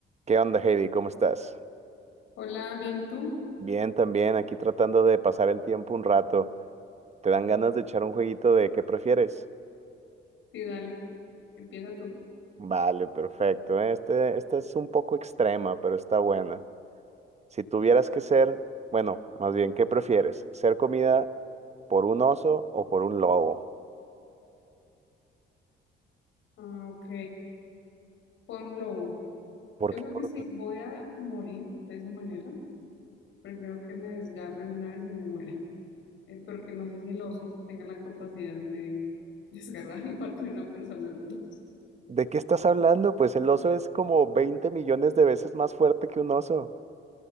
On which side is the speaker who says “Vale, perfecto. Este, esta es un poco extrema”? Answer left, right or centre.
Right